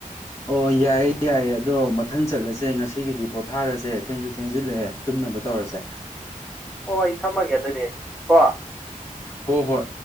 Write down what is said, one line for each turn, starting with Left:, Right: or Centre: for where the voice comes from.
Left: ꯑꯣ ꯌꯥꯏꯌꯦ ꯌꯥꯏꯌꯦ ꯑꯗꯣ ꯃꯊꯪ ꯆꯠꯂꯁꯦ ꯉꯁꯤꯒꯤꯗꯤ ꯄꯣꯊꯥꯔꯁꯦ ꯊꯦꯡꯁꯨ ꯊꯦꯡꯖꯤꯜꯂꯛꯑꯦ ꯇꯨꯝꯅꯕ ꯇꯧꯔꯁꯦ
Centre: ꯍ ꯑꯩ ꯊꯝꯃꯒꯦ ꯑꯗꯨꯅꯦ ꯀꯣ
Left: ꯍꯣꯏ ꯍꯣꯏ